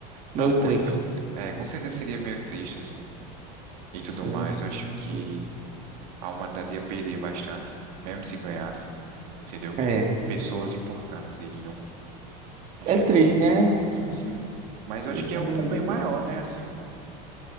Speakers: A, on the right; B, on the right.
A: meio
B: Tá bom,
A: triste.
B: então. É, com certeza seria meio triste, assim, e tudo
A: Sim,
B: mais.
A: sim,
B: Eu acho que
A: sim.
B: a humanidade ia perder bastante, mesmo se ganhasse, entendeu?
A: É,
B: Pessoas importantes iriam, infelizmente.
A: é triste, né?
B: Sim, sim. Mas eu acho
A: Infelizmente.
B: que é o ponto bem maior, né? Assim,